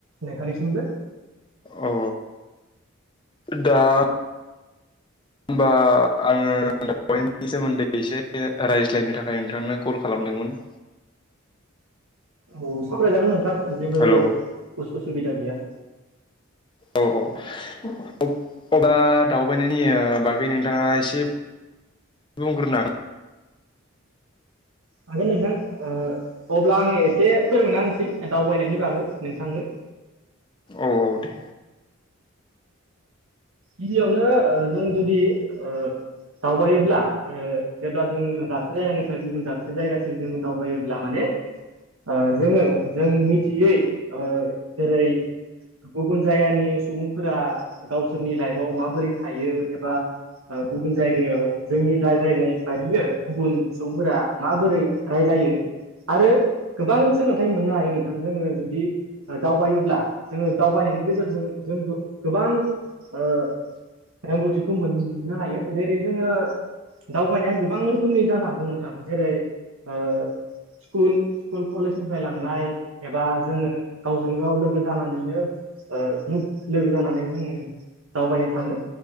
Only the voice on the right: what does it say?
नोंथांनिसिमबो
औ सावरायजागोन नोंथां जेबो
उस उसुबिदा गैया
हागोन नोंथां ओ अब्ला आङो एसे फोरमायना होनसै दावबायनायनि बागै नोंथांनो
गिबियावनो ओह‌ जों जुदि ओह दावबायोब्ला ओह जेब्ला जोङो दाबसे जायगानिफ्राय गुबुन दाबसे जायगासिम जोङो दावबायोब्ला माने ओह जोङो जों मिथियै ओह जेरै गुबुन जायगानि सुबुंफोरा गावसोरनि लाइफआव माबोरै थायो एबा गुबुन जायगायाव जोंनि लायज्रायनाय बायदिनो गुबुन सुबुंफोरा माबोरै रायलायो आरो गोबां सोलोंथाइ मोननो हायो नोंथां जोङो जुदि दावबायोब्ला जोङो दावबायनायनि गेजेरजों जों गोबां ओ रोंगौथिखौ मोननो हायो जेरै जोङो दावबायनाया गोबां रोखोमनि जानो हागौ नोंथां जेरै ओ स्कुल स्कुल कलेजनिफ्राय लांनाय एबा जोङो गावजों गाव लोगो जानानैनो ओ ग्रुप लोगो जानानै जोङो दावबायनो थाङो